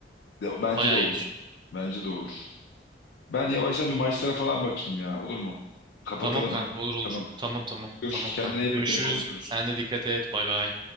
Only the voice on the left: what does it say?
De- Bence
de olur.
Bence de olur. Ben yavaştan bir maçlara falan bakayım ya. Olur mu? Kapatalım
hem.
Tamam.
Görüşürüz.
Kendine
iyi
bak yine konuşuruz.